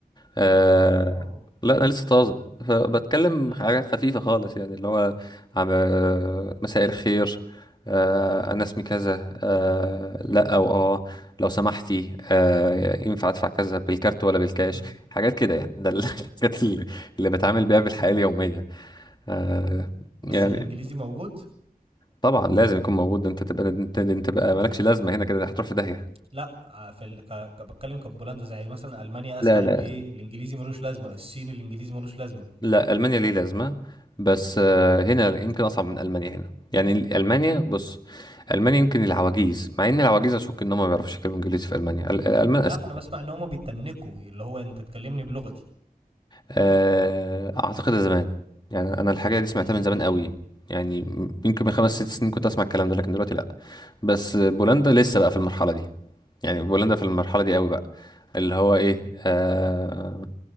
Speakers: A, on the left; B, on the right.
A: آه
B: اه
A: لا انا لسه طازه فبتكلم
B: امم
A: حاجات خفيفه خالص يعني اللي هو عم آه، مساء الخير آه انا اسمي كذا آه لا او اه لو سمحتي آه ينفع ادفع كذا بالكارت ولا بالكاش
B: أمم.
A: حاجات كده يعني ده ال- <laughs> الحاجات اللي, اللي بتعامل بيها بالحياه اليوميه آه
B: بس
A: يعني
B: الانجليزي موجود
A: طبعا لازم يكون موجود ده انت تبقى انت, انت بقى مالكش لازمه هنا كده هتروح في داهيه
B: لا آه، في ال... ك... ك... بتكلم كبولندا زي مثلا المانيا اسمع
A: لا لا
B: ان ايه الانجليزي ملوش لازمه الصين الانجليزي ملوش لازمه
A: لا المانيا ليه لازمه بس آه، هنا يمكن اصعب من المانيا هنا يعني ال- المانيا بص المانيا يمكن العواجيز مع ان العواجيز اشك ان هم ما بيعرفوش يتكلموا انجليزي في المانيا ال- الالمان
B: لا
A: اذكياء
B: انا بسمع ان هما بيتنكوا اللي هو انت تكلمني بلغتي
A: آه، اعتقد ده زمان يعني انا الحاجه دي سمعتها
B: امم
A: من زمان قوي يعني يمكن من خمس ست سنين كنت اسمع الكلام ده لكن دلوقتي لا بس بولندا
B: امم
A: لسه بقى في المرحله دي يعني بولندا في المرحله دي قوي بقى اللي هو ايه آه